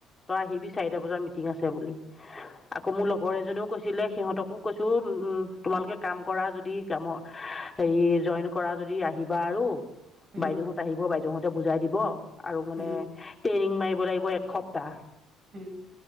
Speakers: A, on the left (about 15°); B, on the right (about 40°).
A: তই আহিবি চাৰিটা বজাত মিটিং আছে বুলি। আকৌ মোৰ লগৰ এজনীৱেও কৈছিলে, সিহঁতকো কৈছোঁ তোমালোকে কাম কৰা যদি, কামৰ, হেৰি জইন কৰা যদি আহিবা আৰু
B: উম
A: বাইদেউহঁত আহিব, বাইদেউহঁতে বুজাই দিব। আৰু মানে
B: উম
A: ট্ৰেইনিং মাৰিব লাগিব এসপ্তাহ।
B: উম